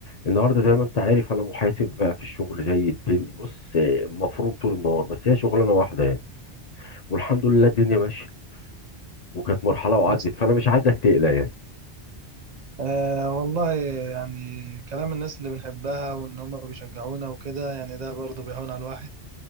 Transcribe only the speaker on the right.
بس
أه والله يعني كلام الناس اللي بنحبها وإن هما بيشجعونا وكده يعني ده برضه بيهون على الواحد